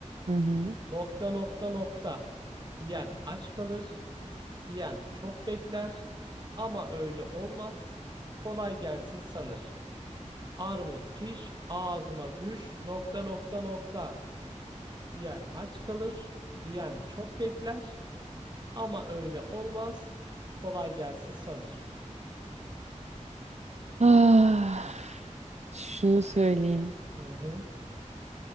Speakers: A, on the right; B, on the right.
A: Hı
B: nokta nokta nokta diyen aç kalır, diyen çok bekler ama öyle olmaz. Kolay gelsin sanır. Armut piş, ağzıma düş, nokta nokta nokta diyen aç kalır, diyen çok bekler ama öyle olmaz. Kolay gelsin sanır.
A: Ah, şunu söyleyeyim.
B: Hı hı.